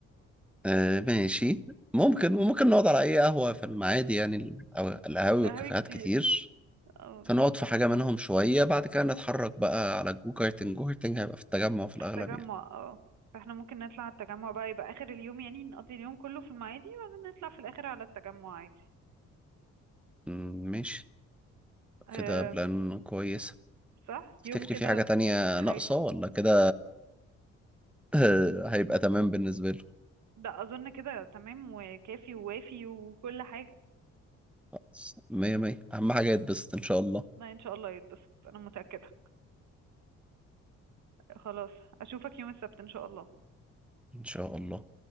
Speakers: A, in the centre; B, on the right.
A: آه ماشي ممكن وممكن نقعد على اي قهوة في المعادي يعني ال- أو القهاوي
B: ده
A: والكافيهات
B: هوي كتير
A: كتير
B: آه.
A: فنقعد في حاجة منهم شوية بعد كده نتحرك بقى على الجو كارتنج جو كارتنج هيبقى في التجمع في الأغلب
B: في التجمع
A: يعني
B: اه فاحنا ممكن نطلع على التجمع بقى يبقى اخر اليوم يعني نقضي اليوم كله في المعادي وبعدين نطلع في الاخر على التجمع عادي
A: مم، ماشي
B: أه
A: كده بلان كويس
B: صح
A: تفتكري
B: يوم كده
A: في حاجة تانية
B: حيشد
A: ناقصة ولا كده <laughs> هيبقى تمام بالنسبة له
B: ده اظن كده تمام وكافي ووافي وكل حاجة
A: خلاص مية مية أهم حاجة يتبسط إن شاء الله
B: ما ان شاء الله يتبسط انا متأكدة خلاص اشوفك يوم السبت ان شاء الله
A: إن شاء الله